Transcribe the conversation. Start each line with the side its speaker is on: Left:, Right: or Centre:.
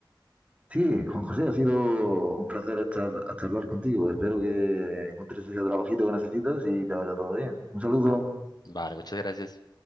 Right: Sí, Juan José, ha sido un placer echar- a charlar contigo. Espero que encuentres ese trabajito que necesitas y te vaya todo bien. Un saludo.
Left: Vale, muchas gracias.